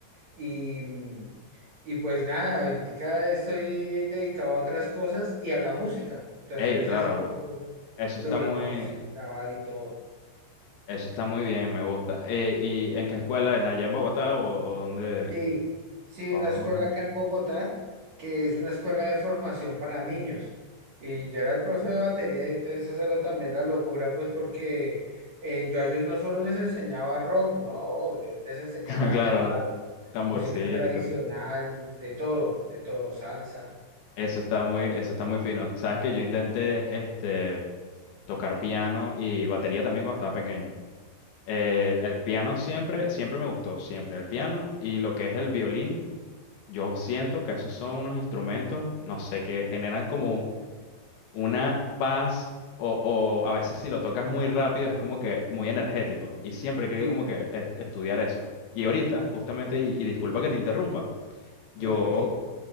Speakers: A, on the right; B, on the left.
A: y, mm, y pues nada, ahorita estoy eh, dedicado a otras cosas y a la música. Entonces
B: Ey, claro,
A: hace poco
B: eso
A: logramos
B: está muy,
A: grabar y todo.
B: eso está muy bien, me gusta. Eh, ¿y en qué escuela? ¿En allá en Bogotá o, o dónde?
A: Sí, sí,
B: Oh,
A: una escuela acá en Bogotá, que es una escuela de formación para niños. Y yo era el profe de batería y entonces esa era también la locura, pues porque eh, yo a ellos no solo les enseñaba rock, no, Oh, yo les enseñaba
B: <laughs> claro,
A: ya
B: tamborcito.
A: música tradicional, de todo, de todo, salsa.
B: Eso está muy, eso está muy fino. Sabes que yo intenté este tocar piano y batería también cuando estaba pequeño. Eh, el piano siempre, siempre me gustó, siempre el piano y lo que es el violín. Yo siento que esos son unos instrumentos, no sé, que generan como una paz o, o a veces si lo tocas muy rápido es como que muy energético. Y siempre he querido
A: Sí,
B: como que est- estudiar eso. Y ahorita, justamente, y, y disculpa que te interrumpa, yo,
A: no, tranquilo.